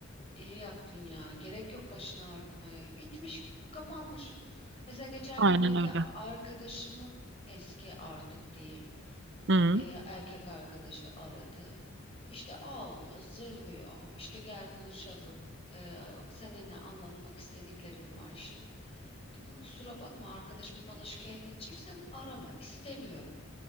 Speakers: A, on the left (about 25°); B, on the right (about 55°).
A: İyi yaptın ya. Gerek yok başını ağrıtmaya. Bitmiş, kapanmış. Mesela geçen
B: Aynen
A: gün benim
B: öyle.
A: de arkadaşımın eski artık diyeyim
B: Hı.
A: e, erkek arkadaşı aradı. İşte ağlıyor, zırlıyor. İşte gel buluşalım. E, seninle anlatmak istediklerim var işte. Dedim kusura bakma arkadaşım bana şikayet edeceksen arama. istemiyorum.